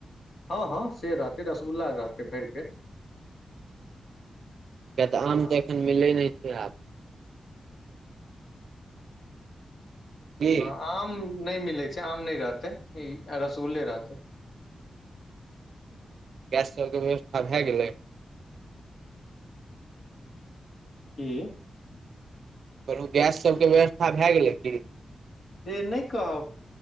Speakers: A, on the left; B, on the right.
A: हँ, हँ से रहतै रसगुल्ला रहतै भैर पेट।
B: किये तऽ
A: आ
B: आम तऽ एखन मिलै नै छै आब। की
A: हँ आम नै मिलेै छै आम नै रहतेै रसगुल्ले रहतै।
B: गैस सबके व्यवस्था भए गेलै?
A: की?
B: कहलूँ गैस सबके व्यवस्था भए गेलै की?
A: से नै कहब।